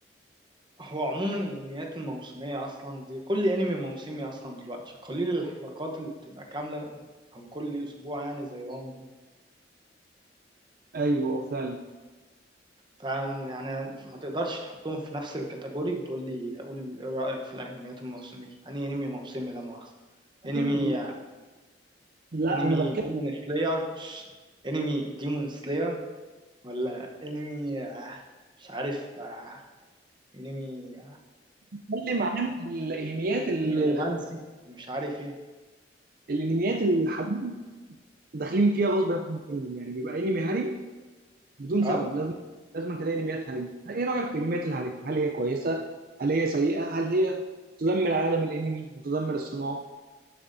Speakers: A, on the right; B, on the right.
A: هو عموما الانميات الموسمية اصلا دي كل انمي موسمي اصلا دلوقتي قليل الحلقات اللي بتبقى كاملة او كل اسبوع يعني زيهم
B: ايوه فعلا
A: فعلا يعني ما تقدرش تحطهم في نفس الكاتيجوري وتقول لي قول ايه رأيك في الانميات الموسمية يعني انمي موسمي لا مؤاخذة انمي
B: لا لا
A: انمي
B: انا بتكلم
A: ديمون سلاير انمي ديمون سلاير ولا انمي مش عارف آه، انمي
B: بتكلم عن الانميات اللي
A: انمي رومانسي ومش عارف ايه
B: الانميات الحديثه داخلين فيها غصب عن الانمي يعني بيبقى انمي هاري بدون سبب
A: اه
B: لازم لازم تلاقي انميات هاري ايه رايك في انميات الهاري هل هي كويسه هل هي سيئه هل هي تدمر عالم الانمي وتدمر الصناعه